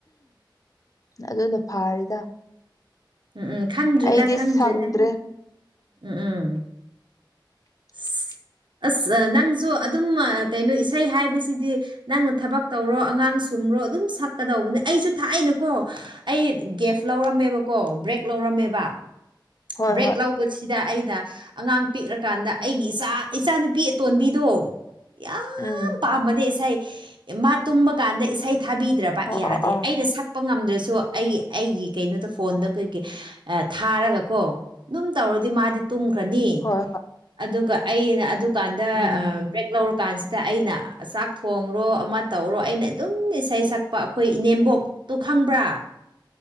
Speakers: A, on the left; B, on the right.
A: ꯑꯗꯨꯅ ꯐꯥꯔꯦꯗ
B: ꯎꯝ ꯎꯝ ꯈꯪꯗ꯭꯭ꯔꯦꯗ
A: ꯑꯩꯗꯤ
B: ꯈꯪꯗ꯭ꯔꯦꯗ
A: ꯁꯪꯗ꯭ꯔꯦ
B: ꯎꯝ ꯎꯝ
A: <inaudible>
B: ꯑꯁ ꯑꯁ ꯅꯪꯁꯨ ꯑꯗꯨꯝ ꯀꯩꯅꯣ ꯏꯁꯩ ꯍꯥꯏꯕꯁꯤꯗꯤ ꯅꯪꯅ ꯊꯕꯛ ꯇꯧꯔꯣ ꯑꯉꯥꯡ ꯁꯨꯝꯔꯣ ꯑꯗꯨꯝ ꯁꯛꯀꯗꯧꯕꯅꯦ ꯑꯩꯁꯨ ꯊꯥꯏꯅꯀꯣ ꯑꯩ ꯒꯦꯐ ꯂꯧꯔꯝꯃꯦꯕꯀꯣ ꯕ꯭ꯔꯦꯛ ꯂꯧꯔꯝꯃꯦꯕ
A: ꯍꯣꯏ
B: ꯕ꯭ꯔꯦꯛ
A: ꯍꯣꯏ
B: ꯂꯧꯕꯁꯤꯗ ꯑꯩꯅ ꯑꯉꯥꯡ ꯄꯤꯛꯔ ꯀꯥꯟꯗ ꯑꯩꯒꯤ ꯏꯆꯥ ꯏꯆꯥꯅꯨꯄꯤ ꯑꯇꯣꯟꯕꯤꯗꯣ ꯌꯥꯝ
A: ꯎꯝ
B: ꯄꯥꯝꯕꯅꯦ ꯏꯁꯩ ꯃꯥ ꯇꯨꯝꯕ ꯀꯥꯟꯗ ꯏꯁꯩ ꯊꯥꯕꯤꯗ꯭ꯔꯕ
A: ꯑꯣ
B: ꯌꯥꯗꯦ
A: ꯑꯣ ꯑꯣ
B: ꯑꯩꯅ ꯁꯛ ꯄ ꯉꯝꯗ꯭ꯔꯁꯨ ꯑꯩ ꯑꯩꯒꯤ ꯀꯩꯅꯣꯗꯣ ꯐꯣꯟꯗ ꯀꯩꯀꯩ ꯑ ꯊꯥꯔꯒ ꯀꯣ ꯑꯗꯨꯝ ꯇꯧꯔꯗꯤ ꯃꯥꯗꯤ ꯇꯨꯝꯈ꯭ꯔꯅꯤ꯫
A: ꯍꯣꯏ ꯍꯣꯏ
B: ꯑꯗꯨꯒ ꯑꯩꯅ ꯑꯗꯨꯀꯥꯟꯗ
A: ꯎꯝ
B: ꯑ ꯕ꯭ꯔꯦꯛ ꯂꯧꯔ ꯀꯥꯟꯁꯤꯗ ꯑꯩꯅ ꯆꯥꯛ ꯊꯣꯡꯔꯣ ꯑꯃ ꯇꯧꯔꯣ ꯑꯩꯅ ꯑꯗꯨꯝ ꯏꯁꯩ ꯁꯥꯛꯄ ꯑꯩꯈꯣꯏ ꯏꯅꯦꯝꯕꯣꯛ ꯇꯣ ꯈꯪꯕ꯭ꯔꯥ